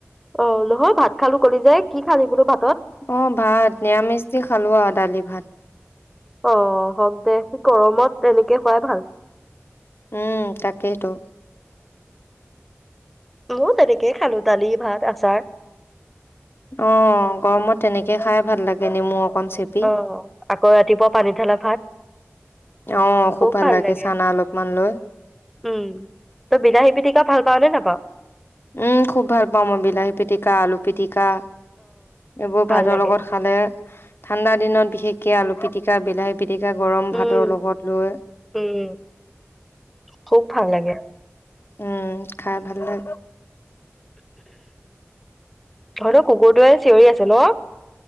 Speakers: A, in the centre; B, on the left.
A: অ নহয় ভাত খালো কলি যে কি খালি বোলো ভাত
B: অ ভাত নিৰামিচি দি খালোঁ আৰু দালি ভাত
A: অ হওক দে গৰমত তেনেকে খোৱাই ভাল
B: উম তাকেইটো
A: মৱো তেনেকেই খালো দালি ভাত আচাৰ
B: অ গৰমত তেনেকে খাই ভাল লাগে নেমু অকন চেপি
A: অ আকৌ ৰাতিপুৱা পানী ধালা ভাত
B: অ
A: খুব ভাল লাগে
B: চানা অলপমান লৈ
A: উম তই বিলাহী পিটিকা ভাল পাঁও নে নেপাঁও
B: উম খুব ভাল পাওঁ মই বিলাহী পিটিকা আলু পিটিকা এইবোৰ
A: ভাল
B: ভাতৰ
A: লাগে।
B: লগত খালে ঠাণ্ডা দিনত বিশেষকে আলু পিটিকা বিলাহী পিটিকা গৰম
A: উম
B: ভাতৰ লগত লৈ
A: উম খুব ভাল লাগে।
B: উম খাই ভাল লাগে
A: তহঁত কুকুৰটোৱে চিঞৰি আছে ন